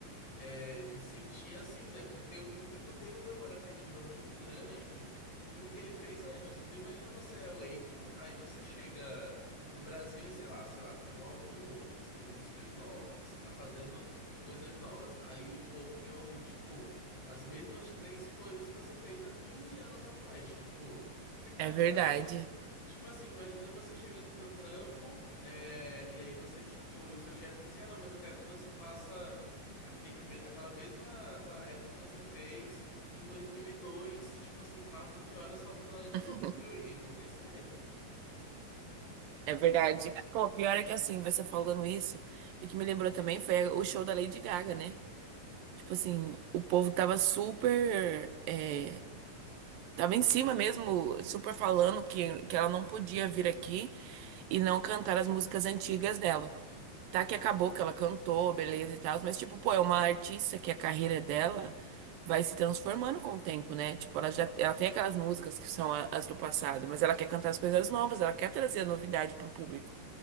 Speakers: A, on the left; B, on the right.
A: é, de sentir assim, né? Porque o público tem uma memória afetiva muito grande com o que ele fez antes. Então imagina você é o Akon, aí você chega no Brasil e sei lá, sei lá, você tem um álbum novo, você tem músicas novas, você tá fazendo coisas novas. Aí o povo quer ouvir, tipo, as mesmas três coisas que você fez há 15 anos atrás. Tipo, eu fico imaginando,
B: É verdade.
A: Tipo assim, imagina você chega no teu trampo, é, e aí você, tipo, e o seu chefe diz assim, ah, não, mas eu quero que você faça aquele, me- aquela mesma tarefa que você fez em 2002. tipo assim, fa- fique horas fazendo ela de
B: <laughs>
A: novo. Eu ia enlouquecer.
B: É verdade. Pô, pior é que assim, você falando isso, o que me lembrou também foi o show da Lady Gaga, né? Tipo assim, o povo tava super. é, tava em cima mesmo, super falando que, que ela não podia vir aqui e não cantar as músicas antigas dela. Tá que acabou que ela cantou, beleza e tal, mas tipo, pô, é uma artista que a carreira dela vai se transformando com o tempo, né? Tipo, ela já ela tem aquelas músicas que são a- as do passado, mas ela quer cantar as coisas novas, ela quer trazer a novidade pro público.